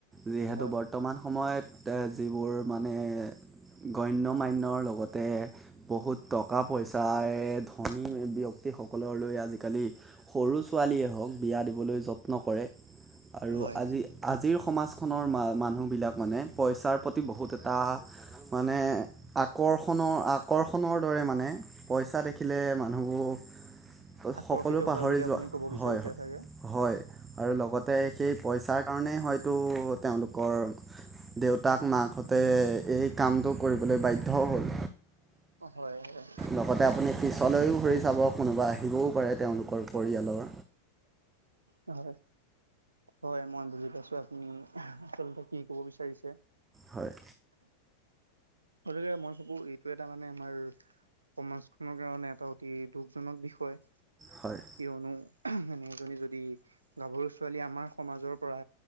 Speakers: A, on the right (about 15°); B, on the right (about 75°).
A: যিহেতু
B: হয়
A: বৰ্তমান সময়ত যিবোৰ মানে। গণ্য মানয়ৰ লগতে বহুত টকা পইচাৰে ধনী ব্যক্তিৰ। সকল লৈ আজিকালি সৰু ছোৱালীয়ে হওক বিয়া দিবলৈ যত্ন কৰে। আৰু
B: হয়
A: আজি- আজিৰ সমাজ। মানুহবিলাক মানে পইচাৰ প্ৰতি বহুত এটা মানে আকৰ্ষণ। আকৰ্ষণৰ দৰে মানে পইচা দেখিলে মানুহবোৰ। সকলো
B: আকৰ্ষিত
A: পাহৰি
B: হয় বুলি আপুনি
A: যোৱা
B: ক'ব বিচাৰিছে
A: হয় হয়
B: চাগে।
A: হয় আৰু লগতে সেই পইচাৰ কাৰণেই হয়তো তেওঁলোকৰ। দেউতাক মাকঁতে এই কামটো কৰিবলৈ বাধ্যও হ'ল।
B: হয় হয়
A: লগতে আপুনি পিছলৈও ঘুৰি চাব কোনোবা আহিবও পাৰে। তেওঁলোকৰ পৰিয়ালৰ
B: হয় হয়, মই বুজি পাইছো, আপুনি আচলতে কি কব বিচাৰিছে?
A: হয়
B: গতিকে মই ভাবো, এইটো এটা মানে আমাৰ সমাজখনৰ কাৰণে এটা অতি দুখজনক বিষয়।
A: হয়
B: কিয়নো, এনে এজনী যদি গাভৰু ছোৱালী আমাৰ সমাজৰ পৰা